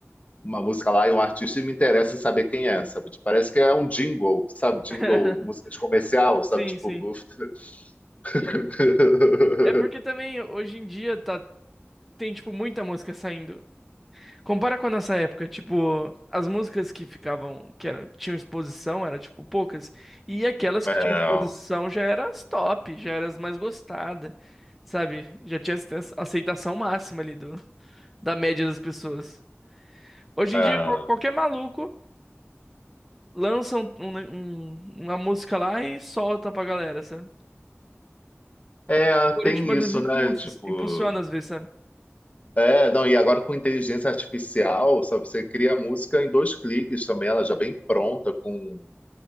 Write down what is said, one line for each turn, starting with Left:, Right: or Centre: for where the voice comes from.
Left: uma música lá e um artista e me interessa em saber quem é, sabe? Tipo, parece que é um jingle, sabe? Jingle,
Centre: <laughs>
Left: música de comercial, sabe?
Centre: Sim,
Left: Tipo,
Centre: sim.
Left: <laughs> <laughs>
Centre: É porque também hoje em dia tá, tem, tipo, muita música saindo. Compara com a nossa época, tipo, as músicas que ficavam, que eram, tinham exposição, era tipo poucas, e aquelas
Left: É,
Centre: que tinham exposição já eram as top, já eram as mais gostadas, sabe? Já tinha ace- aceitação máxima ali do, da média das pessoas. Hoje
Left: é.
Centre: em dia, qual- qualquer maluco lança um- um- uma música lá e solta pra galera, sabe?
Left: É,
Centre: O algoritmo
Left: tem
Centre: às
Left: isso,
Centre: vezes impulsa,
Left: né? Tipo.
Centre: impulsiona às vezes, sabe?
Left: É, não, e agora com inteligência artificial, sabe, você cria a música em dois cliques também, ela já vem pronta, com